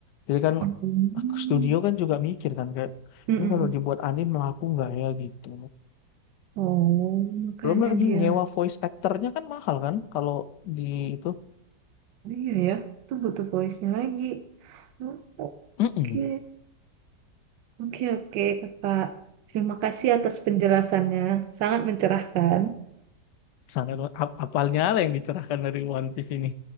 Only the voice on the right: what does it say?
Hmm.
Mm-mm.
Oh, makanya
dia.
Oh, Iya ya, itu butuh voice-nya lagi. Oh,
Oke, Oke, oke, Kakak. Terima kasih atas penjelasannya. Sangat mencerahkan.